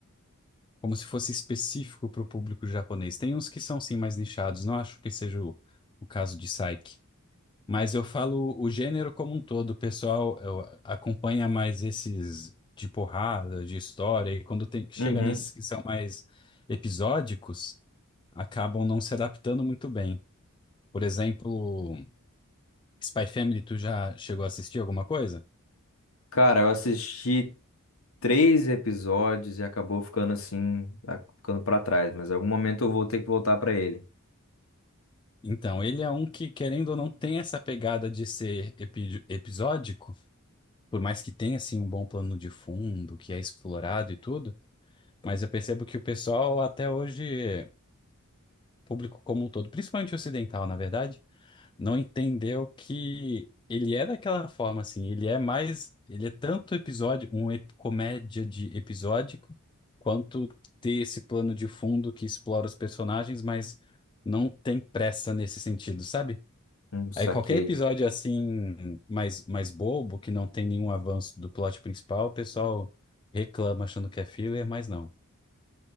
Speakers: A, on the left; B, on the left.
A: como se fosse específico para o público japonês. Tem uns que são sim mais nichados, não acho que seja o, o caso de Psyche. Mas eu falo o gênero como um todo, o pessoal eu, acompanha mais esses de porrada, de história, e quando tem, chega
B: Uhum.
A: nesses que são mais episódicos, acabam não se adaptando muito bem. Por exemplo, Spy Family, tu já chegou a assistir alguma coisa?
B: Cara, eu assisti três episódios e acabou ficando assim, a- ficando pra trás, mas em algum momento eu vou ter que voltar pra ele.
A: Então, ele é um que, querendo ou não, tem essa pegada de ser epi- episódico, por mais que tenha, assim, um bom plano de fundo, que é explorado e tudo, mas eu percebo que o pessoal, até hoje, público como um todo, principalmente ocidental, na verdade, não entendeu que ele é daquela forma, assim, ele é mais, ele é tanto episódio, um ep- comédia de episódico, quanto ter esse plano de fundo que explora os personagens, mas não tem pressa nesse sentido, sabe?
B: Hum, saquei.
A: Aí qualquer episódio assim, mais, mais bobo, que não tem nenhum avanço do plot principal, o pessoal reclama achando que é filler, mas não.